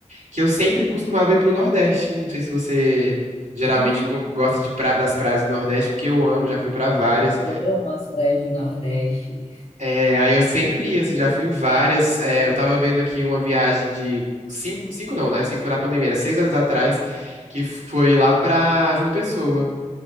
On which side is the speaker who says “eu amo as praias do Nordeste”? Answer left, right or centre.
Left